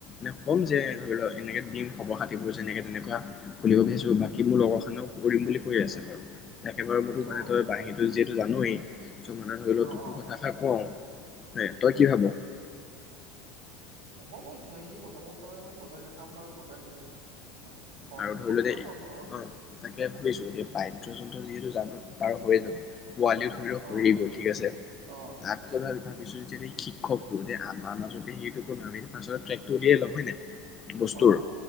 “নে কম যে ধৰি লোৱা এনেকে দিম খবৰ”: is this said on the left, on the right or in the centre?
Left